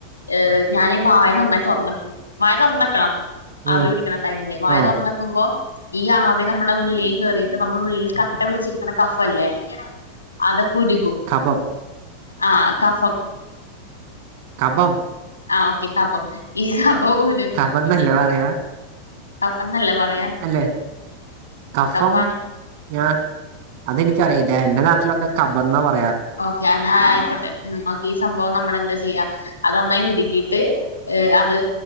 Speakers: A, on the left; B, on the right.
A: ഈഹ് ഞാനീ വായ നന്നായി തുറന്നക്കും വായ തുറന്നെക്കണം
B: ഉം
A: ആവി പിടിക്കണ ടൈമല്ലേ വായ
B: ആഹ്
A: തുറന്നക്കുമ്പോ ഈ ആവി നമ്മളെ ഉള്ളില് കേറിട്ട് നമ്മളെ ഉള്ളില് കട്ട പിടിച്ചിരിക്കിണ കഫല്ലേ? അതൊക് ഉരുകും
B: കബം
A: ആ കഫം
B: കഭം
A: ആ ഓക്കെ കഭം ഈ കഭം ഉരു
B: കബന്നല്ലേ പറയാ
A: കഫം ന്നല്ലേ പറയാ.
B: അല്ലെ കഫം
A: കഫാണ്
B: ഞാ അതെനിക്കറിയില്ല. എന്റെ നാട്ടിലൊക്കെ കഭംന്നാ പറ
A: ഓക്കെ എന്ന ആയിക്കോട്ടെ ഉം ഓക്കെ. ഈ സംഭവം നമ്മൾ എന്താ ചെയ്യാ? അതന്നായി ഉരുകീട്ട് ഈഹ് അത്